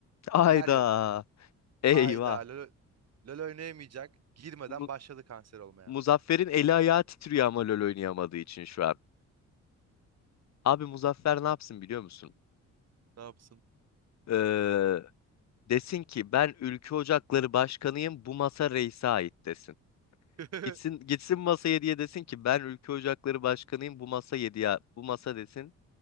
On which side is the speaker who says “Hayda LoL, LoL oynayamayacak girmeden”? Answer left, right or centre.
Right